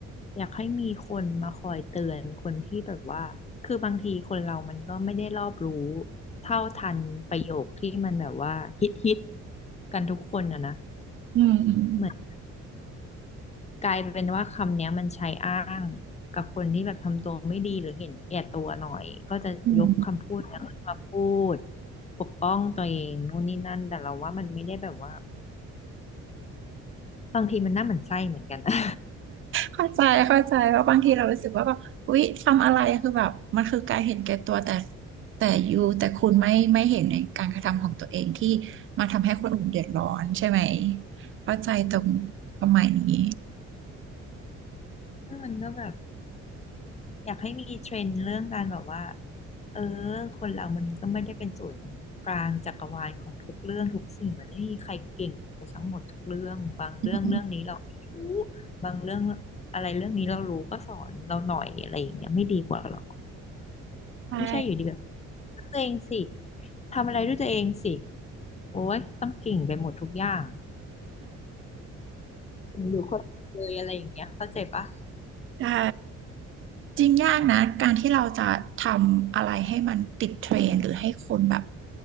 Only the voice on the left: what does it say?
อยากให้มีคนมาคอยเตือนคนที่แบบว่าคือบางทีคนเรา มันก็ไม่ได้รอบรู้เท่าทันประโยคที่มันแบบว่าฮิตฮิตกันทุกคนอะนะ
เหมือนกลายเป็นว่าคำเนี้ยมันใช้อ้างกับคนที่แบบทำตัวไม่ดีหรือเห็นแก่ตัวหน่อยก็จะยกคำพูดนั้นมาพูด
ปกป้องตัวเองนู่นนี่นั่นแต่เราว่ามันไม่ได้แบบว่าบางทีมันน่าหมั่นไส้เหมือนกันนะ
<laughs> ซึ่งมันก็แบบ อยากให้มีเทรนด์เรื่องการแบบว่าเออคนเรามันก็ไม่ได้เป็นศูนย์กลางจักรวาลของทุกเรื่องทุกสิ่งมันไม่มีใครเก่งไปทั้งหมดทุกเรื่องบางเรื่องเรื่องนี้เราไม่รู้
บางเรื่องอะไรเรื่องนี้เรารู้ก็สอนเราหน่อยอะไรอย่างเงี้ยไม่ดีกว่าหรอ
ไม่ใช่อยู่ดีแบบรักตัวเองสิทำอะไรด้วยตัวเองสิโอ้ยต้องเก่งไปหมดทุกอย่างอยู่คนเดียวเลยอะไรอย่างเงี้ยเข้าใจปะ